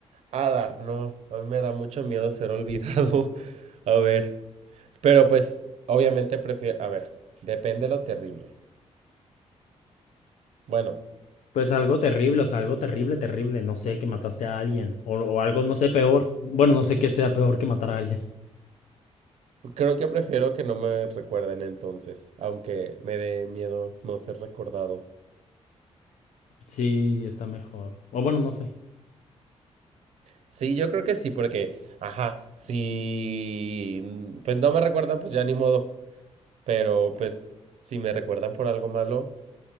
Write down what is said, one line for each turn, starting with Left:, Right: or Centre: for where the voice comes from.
Right: Ada, no, a mí me da mucho miedo ser olvidado. <laughs> A ver, pero pues obviamente prefiero, a ver, depende lo terrible. Bueno,
Left: Pues algo terrible, o sea, algo terrible, terrible. No sé, que mataste a alguien. O, o algo, no sé, peor. Bueno, no sé qué sea peor que matar a alguien.
Right: creo que prefiero que no me recuerden entonces, aunque me dé miedo no ser recordado.
Left: Sí, está mejor. O bueno, no sé.
Right: Sí, yo creo que sí, porque, ajá, si pues no me recuerdan, pues ya ni modo. Pero pues si me recuerdan por algo malo,